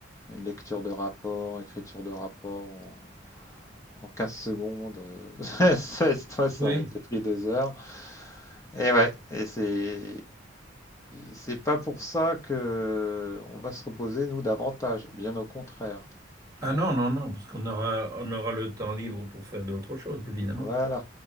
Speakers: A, on the left; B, on the right.
A: une lecture de rapport, écriture de rapport en, en 15 secondes. euh, <laughs> ça, ça ça
B: Oui.
A: aurait été pris deux heures. Et ouais, et c'est c'est pas pour ça que on va se reposer, nous, davantage. Bien au contraire.
B: Ah non, non, non, parce qu'on aura, on aura le temps libre pour faire d'autres choses, évidemment.
A: Voilà,